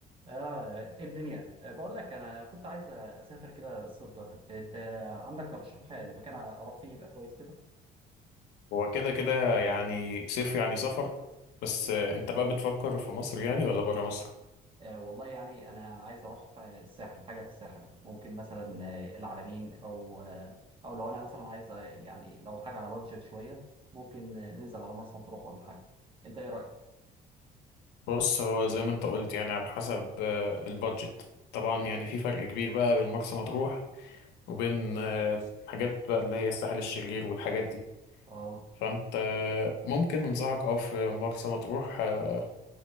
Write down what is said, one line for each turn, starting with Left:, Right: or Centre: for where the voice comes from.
Right: اه إيه الدنيا آه، بقول لك انا كنت عايز اسافر كده الصيف ده انت عندك ترشيح لمكان اروح فيه يبقى كويس كده
Left: هو كده كده يعني صيف يعني سفر بس آه، انت بقى بتفكر في مصر يعني ولا بره مصر
Right: آه والله يعني انا عايز اروح آه، الساحل حاجه في الساحل ممكن مثلا آه، العلمين او آه، او لو انا مثلا عايز آه، يعني لو حاجه على بادجت شويه ممكن آه، ننزل على مرسى مطروح ولا حاجه انت ايه رايك
Left: بص هو زي ما انت قلت يعني على حسب آه، البادجت طبعا يعني في فرق كبير بقى بين مرسى مطروح وبين آه، الحاجات بقى اللي هي الساحل الشرير والحاجات دي
Right: اه
Left: فانت آه، ممكن انصحك اه في مرسى مطروح آه،